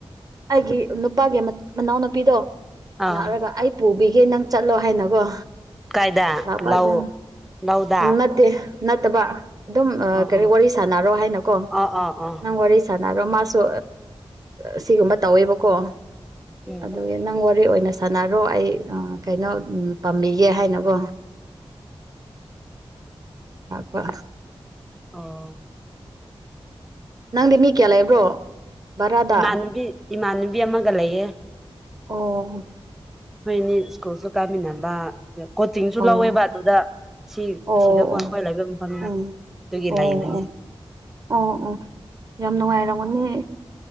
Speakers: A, on the right; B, in the centre.
A: ꯑꯩꯒꯤ ꯅꯨꯄꯥꯒꯤ ꯃꯅꯥꯎꯅꯨꯄꯤꯗꯣ
B: ꯑꯥ
A: ꯂꯥꯛꯂꯒ ꯑꯩ ꯄꯨꯕꯤꯒꯦ ꯅꯪ ꯆꯠꯂꯣ ꯍꯥꯏꯅꯒꯣ
B: ꯀꯥꯏꯗ
A: ꯂꯥꯛꯄꯥꯗꯅ
B: ꯂꯧ ꯂꯧꯗ
A: ꯎ ꯅꯠꯇ ꯅꯠꯇꯕ ꯑꯗꯨꯝ
B: ꯑꯣ
A: ꯀꯔꯤ
B: ꯑꯣ
A: ꯋꯥꯔꯤ ꯁꯥꯥꯟꯅꯔꯣ ꯍꯥꯏꯅꯀꯣ
B: ꯑꯣ ꯑꯣ ꯑꯣ
A: ꯅꯪ ꯋꯥꯔꯤ ꯁꯥꯅ ꯔꯣ ꯃꯥꯁꯨ ꯁꯤꯒꯨꯝꯕ ꯇꯧꯋꯦꯕꯀꯣ
B: ꯎꯝ
A: ꯑꯗꯨꯒꯤ ꯅꯪ ꯋꯥꯔꯤ ꯑꯣꯏꯅ ꯁꯅꯔꯣ ꯑꯩ ꯀꯩꯅꯣ ꯄꯥꯝꯕꯤꯒꯦ ꯍꯥꯏꯅꯀꯣ ꯄ
B: ꯑꯣ
A: ꯅꯪꯗꯤ ꯃꯤ ꯀꯌꯥ ꯂꯩꯕ꯭ꯔꯣ? ꯚꯔꯥꯗ
B: ꯏꯃꯥꯟꯅꯕꯤ ꯏꯃꯥꯟꯅꯕꯤ ꯑꯃꯒ ꯂꯩꯌꯦ
A: ꯑꯣ
B: ꯍꯣꯏꯅꯤ ꯁ꯭ꯀꯨꯜꯁꯨ ꯀꯥꯃꯤꯟꯅꯕ ꯀꯣꯆꯤꯡꯁꯨ
A: ꯑꯣ
B: ꯂꯧꯋꯦꯕ ꯑꯗꯨꯗ ꯑꯁꯤ
A: ꯑꯣ
B: ꯑꯁꯤꯗꯕꯨ
A: ꯑꯣ
B: ꯑꯩꯈꯣꯏ ꯂꯩꯐꯝ ꯃꯐꯝ
A: ꯎꯝ
B: ꯑꯗꯨꯒꯤ
A: ꯑꯣ
B: ꯂꯩꯕꯅꯤ
A: ꯑꯣ ꯑꯣ ꯑꯣ ꯌꯥꯝ ꯅꯨꯡꯉꯥꯏꯔꯝꯒꯅꯦ